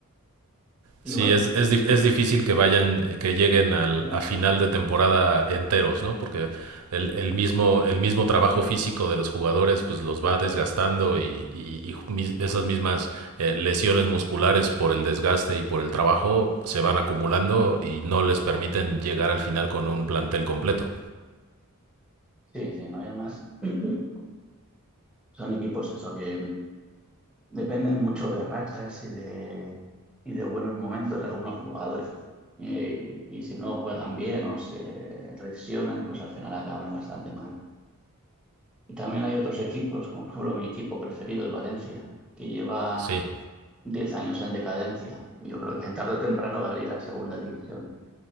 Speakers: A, in the centre; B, on the right.
A: y
B: Sí,
A: bueno.
B: es, es, dif- es difícil que vayan, que lleguen al,
A: Sí,
B: a final de temporada enteros, ¿no? Porque el, el mismo, el mismo trabajo físico de los jugadores pues los va desgastando y, y- y mis- esas mismas eh, lesiones musculares por el desgaste y por el trabajo se van acumulando y no les permiten llegar al final con un plantel completo.
A: sí, sí, no hay más. <clears throat> Son equipos eso que. dependen mucho de rachas y de, y de buenos momentos de algunos jugadores. pues. Y, y si no juegan bien o se lesionan, pues al final acaban bastante mal. Y también hay otros equipos, como por ejemplo mi equipo preferido, el Valencia, que lleva
B: Sí,
A: 10 años en decadencia. Y Yo creo que tarde o temprano va a ir a segunda división,